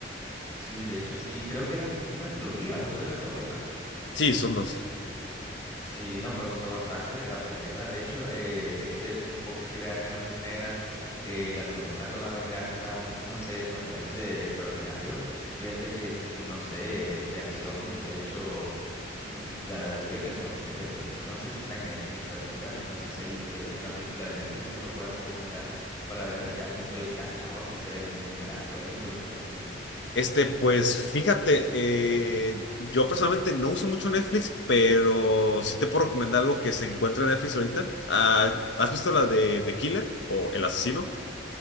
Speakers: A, on the left (about 15°); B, on the left (about 85°).
A: Sí, de hecho sí, creo que eran una trilogía o solo eran dos, ¿verdad?
B: Sí, son dos.
A: Sí, no, me gustó bastante la primera. De hecho, eh, ese enfoque que le dan en la primera, eh, la segunda con la venganza, no sé, me parece extraordinario. Fíjate que, es- no sé, de acción, de hecho, la daría en el top tres. de hecho. No sé si está en Netflix ahorita, no sé si hay, de hecho, una película de Netflix que me puedas recomendar para ver, ya que estoy estancado, quisiera yo también ver algo ahí que me recomiendes.
B: Este, pues fíjate, eh, yo personalmente no uso mucho Netflix, pero sí te puedo recomendar algo que se encuentra en Netflix ahorita. Ah, ¿has visto la de The Killer o El Asesino?